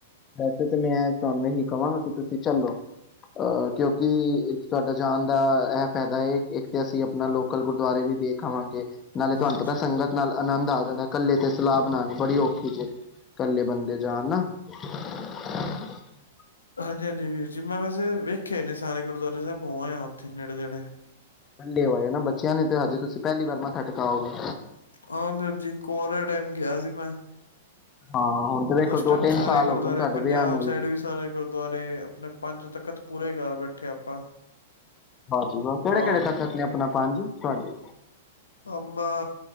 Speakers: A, on the left; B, on the left.
A: ਵੈਸੇ ਤੇ ਮੈਂ ਤੁਹਾਨੂੰ ਇਹੀ ਕਵਾਂਗਾ ਕਿ ਤੁਸੀਂ ਚੱਲੋ, ਅਹ ਕਿਉਂਕਿ ਤੁਹਾਡਾ ਜਾਣ ਦਾ ਇਹ ਫਾਇਦਾ ਹੈ ਇੱਕ ਤਾਂ ਅਸੀਂ ਆਪਣਾ ਲੋਕਲ ਗੁਰਦੁਆਰੇ ਵੀ ਵੇਖ ਆਵਾਂਗੇ। ਨਾਲੇ ਤੁਹਾਨੂੰ
B: ਹਾਂਜੀ
A: ਪਤਾ ਸੰਗਤ ਨਾਲ ਆਨੰਦ ਆ ਜਾਂਦਾ ਏ, ਕੱਲੇ ਤੇ ਸਲਾਹ ਬਣਾਣੀ ਬੜੀ ਔਖੀ ਜੇ, ਇਕੱਲੇ ਬੰਦੇ ਜਾਣ ਨਾ। <inaudible>
B: ਹਾਂਜੀ-ਹਾਂਜੀ ਵੀਰ ਜੀ, ਮੈਂ ਵੈਸੇ ਵੇਖੇ ਨੇ ਸਾਰੇ ਗੁਰਦੁਆਰੇ ਸਾਹਿਬ, ਹੋ ਆਯਾ ਆ ਉੱਥੇ ਨੇੜੇ ਤੇੜੇ।
A: ਇਕੱਲੇ ਹੋਏ ਨਾ, ਬੱਚਿਆਂ ਨੇ ਤੇ ਹਜੇ ਤੁਸੀਂ ਪਹਿਲੀ ਵਾਰ ਮੱਥਾ ਟਿਕਾਓਗੇ।
B: ਹਾਂਜੀਜੀ ਕੁਆਰੇਆਂ ਟਾਈਮ ਗਿਆ ਸੀ ਮੈਂ।
A: ਹਾਂ ਹੁਣ ਤੇ ਵੇਖੋ
B: ਉਸ ਟਾਈਮ
A: ਦੋ ਤਿੰਨ
B: ਸਾਰੇ
A: ਸਾਲ
B: ਗੁਰਦੁਆਰੇ,
A: ਹੋ ਗਏ ਨੇ ਤੁਹਾਡੇ
B: ਪੰਜਾਬ
A: ਵਿਆਹ ਨੂੰ
B: ਸਾਈਡ ਵੀ ਸਾਰੇ ਗੁਰਦੁਆਰੇ ਆਪਣੇ ਪੰਜ ਤਖਤ ਪੂਰੇ ਕਰ ਬੈਠੇ ਆਪਾਂ।
A: ਹਾਂਜੀ, ਕਿਹੜੇ-ਕਿਹੜੇ
B: ਬਨ
A: ਤਖ਼ਤ ਨੇ ਆਪਣਾ? ਪੰਜ ਤੁਹਾਡੇ
B: ਆਪਣਾ